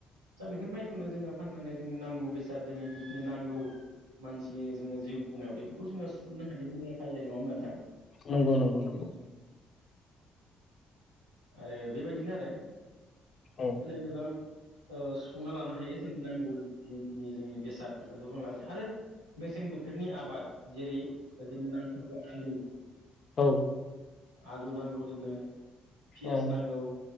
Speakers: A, on the right; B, on the left.
A: दा बेफोर माइखौनो जोङो फाननानै जोंनि नांगौ बेसाद जोंनि जिखिनि नांगौ मानसि जोङो जिउ बुंनायाव बेफोरखौ जोङो सुफुंनो हायो मुलाम्फा जायो नङा होमबा नोंथां
B: नंगौ नंगौ नंगौ
A: आरो बेबायदिनो आरो मा
B: औ
A: होनो गोबां ओ सुफुंना लानो हायो जोंनि नांगौ जिखिनि जोंनि बेसाद बेफोरखौ जों लानो आरो मेसें बोथोरनि आबाद जेरै जोंनो नांथारगौ आलु
B: औ
A: आलु नांगौ जोंनो पियास
B: औ
A: नांगौ